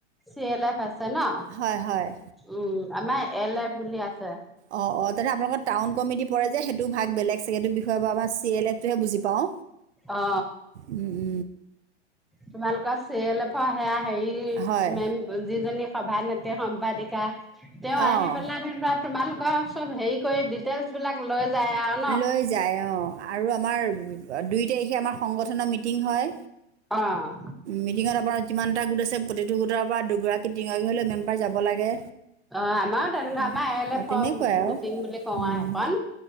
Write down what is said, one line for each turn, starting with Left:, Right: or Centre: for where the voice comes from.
Centre: চি এল এফ আছে ন
Right: হয় হয়
Centre: উম, আমাৰ এল এফ বুলি আছে
Right: অ অ তেনে আপোনালোকৰ টাউন কমিটি পৰে যে সেইটো ভাগ বেলেগ চাগে এইতো বিষয়, চি এল এফটোহে বুজি পাওঁ।
Centre: অ অ
Right: উম উম
Centre: তোমালোকৰ চি এল এফৰ সেয়া হেৰি
Right: হয়
Centre: মেম যিজনী সভানেত্ৰী, সম্পাদিকা তেওঁ আহি
Right: অঁ
Centre: পেলাই যেনিবা তোমালোকৰ চব হেৰি কৰি ডিটেলচ বিলাক লৈ যায় আৱ
Right: লৈ যায় অ' আৰু আমাৰ দুই তাৰিখে আমাৰ সংগঠনৰ মিটিং হয়।
Centre: অ'
Right: মিটিঙত আপোনাৰ যিমান এটা গোট আছে, প্ৰতিটো গোটৰ পৰা দুগৰাকী-তিনিগৰাকী হ'লেও মেম্বাৰ যাব লাগে।
Centre: অ', আমাৰো তেনেকুৱা,
Right: তেনে-
Centre: আমাৰ এ এল
Right: অঁ
Centre: এফ
Right: তেনেকুৱাই আৰু
Centre: মিটিং বুলি কওঁ
Right: উম।
Centre: আউ হেখন।